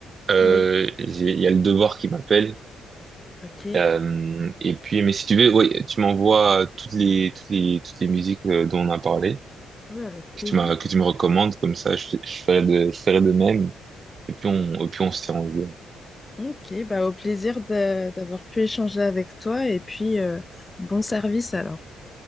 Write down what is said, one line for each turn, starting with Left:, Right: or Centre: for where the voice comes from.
Right: Euh,
Left: Oui,
Right: j'ai- il y a le devoir qui m'appelle.
Left: ok.
Right: Euh, et puis, mais si tu veux, ouais, tu m'envoies toutes les, toutes les, toutes les musiques euh, dont on a parlé,
Left: Ouais, avec plaisir.
Right: que tu m'as, que tu me recommandes, comme ça, je, je ferai de, je ferai de même. Et puis on, et puis on se tient au jeu.
Left: Ok, bah au plaisir de- d'avoir pu échanger avec toi et puis euh, bon service alors.